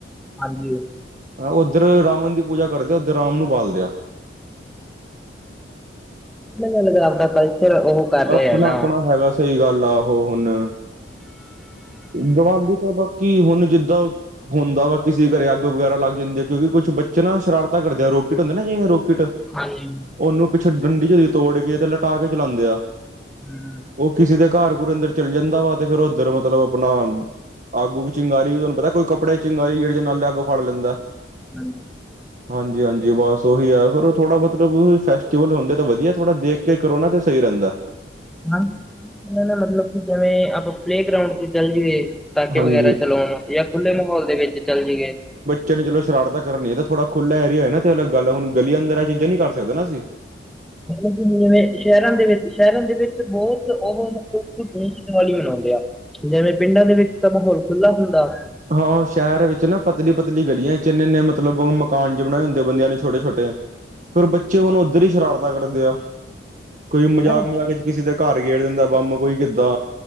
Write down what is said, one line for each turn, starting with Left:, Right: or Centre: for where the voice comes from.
Centre: ਹਾਂਜੀ,
Right: ਉੱਧਰ ਰਾਵਣ ਦੀ ਪੂਜਾ ਕਰਦੇ ਆ ਉੱਧਰ ਰਾਮ ਨੂੰ ਬਾਲਦੇ ਆ।
Centre: ਅਲਗ-ਅਲਗ ਆਪਦਾ ਕਲਚਰ ਉਹ ਕਰ ਰਹੇ
Right: ਆਪਣਾ-ਆਪਣਾ
Centre: ਆ ਨਾ।
Right: ਹੈਗਾ, ਸਹੀ ਗੱਲ ਆ ਉਹ ਹੁਣ ਦਿਵਾਲੀ ਤਾਂ ਬਾਕੀ ਹੁਣ ਜਿੱਦਾਂ ਹੁੰਦਾ ਵਾ ਕਿਸੇ ਘਰੇ ਅੱਗ ਵਗੈਰਾ ਲੱਗ ਜਾਂਦੀ, ਕਿਉਂਕਿ ਕੁਛ ਬੱਚੇ ਨਾ ਸ਼ਰਾਰਤਾਾਂ ਕਰਦੇ ਰੋਕਟ ਹੁੰਦੇ ਨਾ, ਜਿਵੇਂ ਰੋਕਿਟ
Centre: ਹਾਂਜੀ,
Right: ਉਹਨੂੰ ਪਿੱਛੋਂ ਡੰਡੀ ਜਦੀ ਤੋੜ ਕੇ ਤੇ ਲਟਾ ਕੇ ਚਲਾਉਂਦੇ ਆ।
Centre: ਹੂੰ,
Right: ਉਹ ਕਿਸੇ ਦੇ ਘਰ ਘੁਰ ਅੰਦਰ ਚੱਲ ਜਾਂਦਾ, ਵਾ ਤੇ ਫ਼ੇਰ ਉੱਧਰ ਮਤਲਬ ਆਪਣਾ ਅੱਗ-ਉੱਗ ਚਿੰਗਾਰੀ ਵੀ ਤੁਹਾਨੂੰ ਪਤਾ ਕੋਈ, ਕੱਪੜੇ ਚੰਗਾਰੀ ਜੇੜੇ ਨਾਲੇ ਅੱਗ ਫੜ ਲੈਂਦਾ।
Centre: ਹਾਂ,
Right: ਹਾਂਜੀ-ਹਾਂਜੀ ਬਸ ਉਹੀ ਆ ਫਿਰ ਉਹ ਥੋੜ੍ਹਾ ਮਤਲਬ, ਫੈਸਟੀਵਲ ਹੁੰਦੇ, ਤਾਂ ਵਧੀਆ ਥੋੜ੍ਹਾ ਦੇਖ ਕੇ ਕਰੋ ਨਾ ਤਾਂ ਸਹੀ ਰਹਿੰਦਾ
Centre: ਹਾਂ ਨਾ ਮਤਲਬ ਕਿ ਜਿਵੇਂ, ਆਪਾਂ ਪਲੇਗਰਾਊਂਡ ਤੇ ਚੱਲ ਜਾਈਏ। ਪਟਾਕੇ
Right: ਹਾਂਜੀ।
Centre: ਵਗੈਰਾ ਚਲਾਉਣ, ਜਾਂ ਖੁੱਲ੍ਹੇ ਮਾਹੌਲ ਦੇ ਵਿੱਚ ਚੱਲ ਜਾਈ ਐ।
Right: ਚ ਚੋ ਸ਼ਰਾਰਤ ਕਰਨੀ ਥੋੜਾ ਥੋੜਾ ਏਰੀਆ ਨਾ ਤੇ ਅ ਗੱਲ, ਹੁਣ ਗਲੀ ਅੰਦਰ ਇਹ ਚੀਜ਼ਾਂ ਨੀ ਕਰ ਸਕਦੇ ਅਸੀਂ,
Centre: ਮਤਲਬ ਕਿ ਜਿਵੇਂ ਸ਼ਹਿਰਾਂ ਦੇ ਵਿੱਚ ਸ਼ਹਿਰਾਂ ਦੇ ਵਿੱਚ ਬਹੁਤ, ਉਹ ਮਤਲਬ ਦੇਸ਼ ਦੀਵਾਲੀ ਮਨਾਉਂਦੇ ਆ। ਜਿਵੇਂ ਪਿੰਡਾਂ ਦੇ ਵਿੱਚ ਤਾਂ ਮਾਹੌਲ ਖੁੱਲ੍ਹਾ ਹੁੰਦਾ।
Right: ਹਾਂ ਸ਼ਹਿਰ ਵਿੱਚ ਨਾ ਪਤਲੀ-ਪਤਲੀ ਗਲੀਆਂ ਚ ਇੰਨੇ-ਇੰਨੇ ਮਤਲਬ ਮਕਾਨ ਜੇ ਬਣਾਏ ਹੁੰਦੇ, ਬੰਦਿਆਂ ਨੇ ਛੋਟੇ-ਛੋਟੇ,
Centre: <unintelligible>
Right: ਫਿਰ ਬੱਚੇ ਹੁਣ ਉੱਧਰ ਹੀ ਸ਼ਰਾਰਤਾਂ ਕਰਦੇ ਆ। ਕੋਈ ਮਜ਼ਾਕ
Centre: ਪਰ
Right: ਮਜ਼ਾਕ ਚ ਕਿਸੇ ਦੇ ਘਰ ਗੇੜ ਦਿੰਦਾ ਬੰਬ ਕੋਈ ਕਿੱਦਾਂ